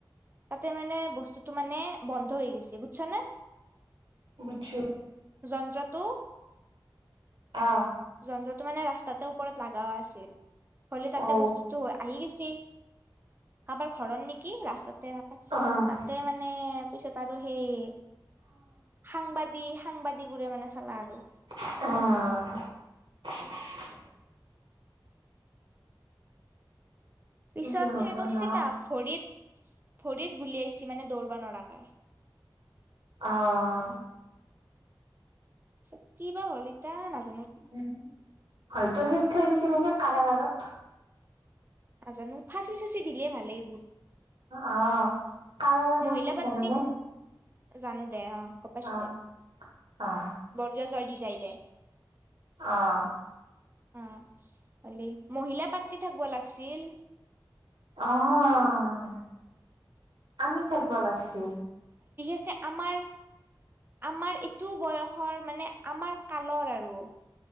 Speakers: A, on the right; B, on the right.
A: তাতে মানে বস্তুটো মানে বন্ধ হৈ গেছি, বুজচনে?
B: বুুজচো।
A: যন্ত্ৰটো,
B: অহ,
A: যন্ত্ৰটো মানে ৰাস্তাতে ওপৰত লাগাও আছিল। হ'লি তাতে
B: অ
A: বস্তুটো আহি গেচি। কাবাৰ ঘৰৰ নেকি ৰাস্তাতে থাকে,
B: আহ
A: তাতে মানে ত' পিছত আৰু সেই সাংবাদিক, যদি সাংবাদী বোৰে মানে চালা আৰু,
B: অহ,
A: পিছত
B: কি যে হ'ব
A: সেই কৰচি
B: ন
A: তাক ভৰিত, ভৰিত গুলিয়াইছি মানে দৌৰব ন়ৰাকে।
B: অহ,
A: তাৰপিছত কিবা হ'ল ইতা নাজ,
B: উম, হয়তো সেই, থৈ দিছে নেকি কাৰাগাৰত।
A: নাজানো ফাঁচি -চাচি দিলে ভালেই,
B: অহ, কাৰাগৰ
A: মহিলা
B: মানে কি
A: পাৰ্টি
B: জানানে
A: জানো দে অ গম পাইছো
B: আহ
A: দে
B: - আহ,
A: বৰ্গীয় জয় দি যাই দে,
B: আহ,
A: অ ', হলি মহিলা পাৰ্টি থাকব লাগিছিল।
B: অহ, 'আমি থাকব লাগছিল।
A: সে আমাৰ -আমাৰ এইটো বয়সৰ মানে আমাৰ কালৰ আৰু,